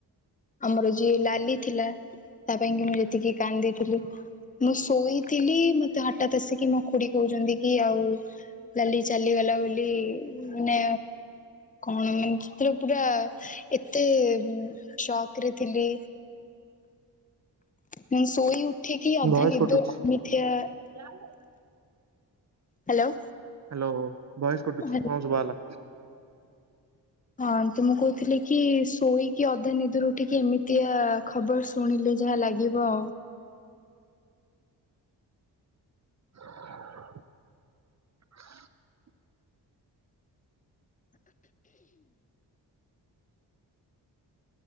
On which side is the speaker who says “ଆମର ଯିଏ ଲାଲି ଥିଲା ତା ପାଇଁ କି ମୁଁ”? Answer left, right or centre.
Left